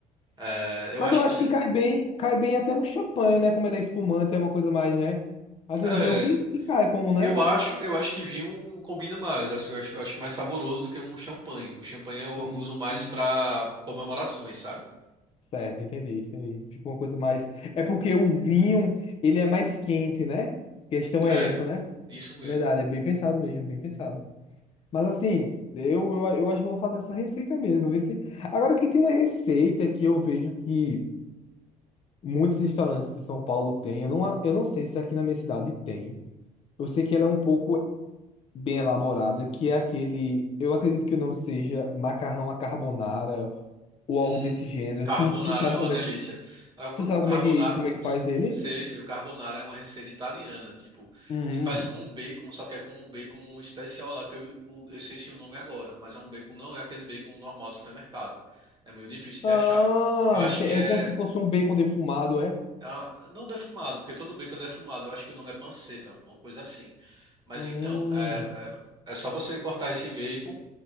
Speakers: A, on the right; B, on the left.
A: é, eu
B: Mas
A: acho
B: eu
A: que
B: acho
A: você.
B: que cai bem, cai bem até um champanhe, né? Como ele é espumante, é uma coisa mais, né? Acredito
A: É,
B: eu que, que cai como, né?
A: eu acho, eu acho que vinho combina mais. Acho, eu acho, eu acho mais saboroso do que um champanhe. O champanhe eu
B: Hum,
A: uso mais
B: hum,
A: para comemorações, sabe?
B: certo, entendi, entendi. Fica uma coisa mais. É porque o vinho, ele é mais quente, né? A questão
A: É,
B: é essa, né?
A: isso mesmo.
B: Verdade, é bem pensado mesmo, bem pensado. Mas assim, eu, eu, eu acho que eu vou fazer essa receita mesmo. Ver se... Agora que tem uma receita que eu vejo que muitos restaurantes de São Paulo têm. Eu não, eu não sei se aqui na minha cidade tem. Eu sei que ela é um pouco. bem elaborada, que é aquele, eu acredito que o nome seja macarrão à carbonara ou
A: Hum,
B: algo desse gênero.
A: carbonara
B: Tu, tu sabe
A: é uma
B: como
A: delícia.
B: é, que-
A: Ah, O
B: tu sabe
A: o
B: como
A: carbonara,
B: é que, como é que faz ele?
A: sei, sei, o carbonara é uma receita italiana, tipo,
B: Hum,
A: você faz com um bacon, só que é com um bacon especial lá que eu, o- eu esqueci o nome agora, mas é um bacon, não é aquele bacon normal do supermercado. É meio difícil
B: Ah,
A: de achar. Eu acho
B: te-
A: que
B: é
A: é
B: como se fosse um bacon defumado, é?
A: ah, não defumado, porque todo bacon é defumado. Eu acho que o nome é panceta, uma coisa assim. Mas
B: Hum,
A: então, é, é, é só você cortar esse bacon